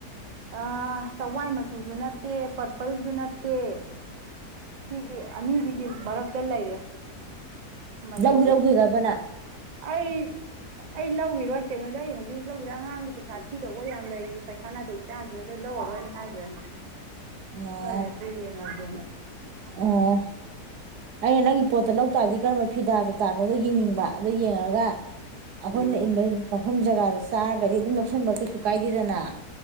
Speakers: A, on the right; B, on the right.
A: ꯑꯥ ꯆꯋꯥꯏ ꯃꯆꯨꯁꯨ ꯅꯠꯇꯦ ꯄꯔꯄꯜꯖꯨ ꯅꯠꯇꯦ ꯁꯤꯒꯤ ꯑꯅꯤꯖꯤꯒꯤ ꯃꯔꯛꯇ ꯂꯩꯔꯦ ꯃꯆꯨꯁꯦ
B: ꯂꯧꯗꯤ ꯂꯧꯗꯣꯏꯗꯔꯕ ꯅꯪ
A: ꯑꯩ ꯑꯩ ꯂꯧꯒꯤꯔꯣꯏ ꯀꯩꯅꯣꯗ ꯑꯩ ꯍꯧꯖꯤꯛ ꯂꯧꯒꯗ ꯑꯉꯥꯡꯒꯤ ꯄꯩꯁꯥ ꯊꯤꯗꯧꯕ ꯌꯥꯝ ꯂꯩ ꯄꯩꯁꯥ ꯅꯥꯇꯩ ꯆꯥꯗ ꯂꯧꯔꯔꯣꯏꯅ ꯍꯥꯏꯒ꯭ꯔꯅꯤ
B: ꯑꯣ
A: ꯈꯥꯔ ꯂꯩꯔ ꯌꯦꯡꯉꯒꯦꯅ
B: ꯑꯣ ꯑꯩꯅ ꯅꯪꯒꯤ ꯄꯣꯠꯇ ꯂꯧꯇꯥꯥꯔꯗꯤ ꯀꯔꯝꯕ ꯐꯤꯗꯥꯗ ꯇꯥꯅꯣꯗꯣ ꯌꯦꯡꯅꯤꯡꯕ ꯑꯗꯨ ꯌꯦꯡꯉꯒ ꯑꯩꯈꯣꯏꯅ
A: ꯎꯝ
B: ꯏꯟꯕꯩ ꯃꯐꯝ ꯖꯒꯥꯗ ꯆꯥꯔꯒꯗꯤ ꯑꯗꯨꯝ ꯂꯧꯁꯟꯕ ꯀꯩꯁꯨ ꯀꯥꯏꯗꯦꯗꯅ